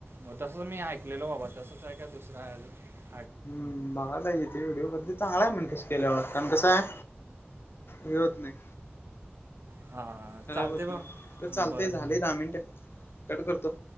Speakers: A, on the right; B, on the left.
A: मग तसंच मी ऐकलेलो बाबा तसच आहे काय दुसरं आहे रे
B: हम्म बघा पाहिजे तेे व्हिडिओ करते. चांगलाय म्हण तस केल्यावर कारण कसं आहे हे होत नाही
A: हां
B: खराब
A: चालते
B: होत
A: बा
B: नाही. तर चालतय
A: बरं
B: झाले दहा मिनट कट करतो.